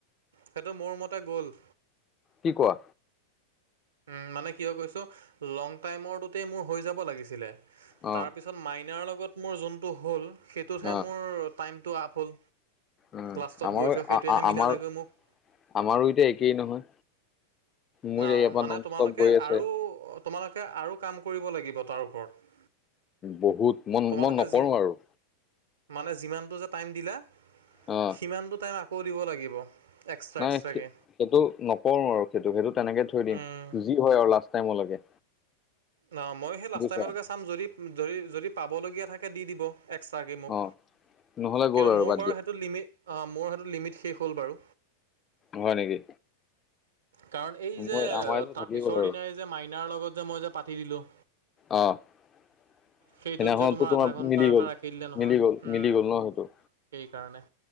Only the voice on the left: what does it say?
কি কোৱা
অ
অ
উম
আমাৰো
আমাৰ
আমাৰো এতিয়া একেই নহয় মোৰ ইয়াৰ
পৰা
নন
ষ্টপ গৈ আছে
বহুত মই
মই নকৰো
আৰু
অ
নাই
সেইটো নকৰো আৰু সেইটো সেইটো তেনেকে থৈ দিম
বুজি হয় আৰু লাষ্ট টাইমলৈকে
বুজিছা
অ নহ'লে
গ'ল আৰু
বাদ
দিয়া
হয় নেকি
মই আমাৰতো
থাকি
গ'ল আৰু
আহ সেইদিনাখনতো
তোমাৰ
মিলি
গল
মিলি গল
মিলি গল ন সেইটো